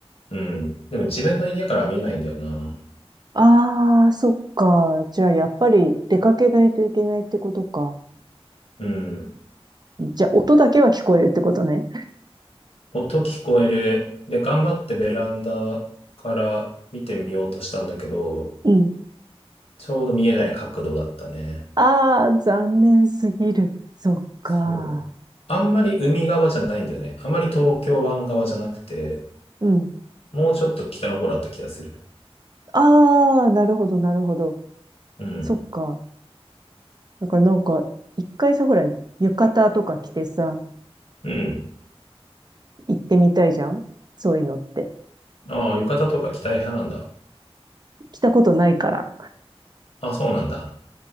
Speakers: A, on the left; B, on the right.
A: うん。でも自分の家からは見えないんだよな。
B: ああ、そっか。じゃあやっぱり出かけないといけないってことか。
A: うん。
B: じゃあ音だけは聞こえるってことね。
A: 音聞こえる。で、頑張ってベランダから見てみようとしたんだけど、
B: うん。
A: ちょうど見えない角度だったね。
B: ああ、残念すぎる。そっか。
A: そう。あんまり海側じゃないんだよね。あんまり東京湾側じゃなくて、
B: うん。
A: もうちょっと北の方だった気がする。
B: ああ、なるほど、なるほど。
A: うん。
B: そっか。だからなんか、一回さ、ほら、浴衣とか着てさ、
A: うん。
B: 行ってみたいじゃんそういうのって。
A: ああ、浴衣とか着たい派なんだ。
B: 着たことないから。
A: あ、そうなんだ。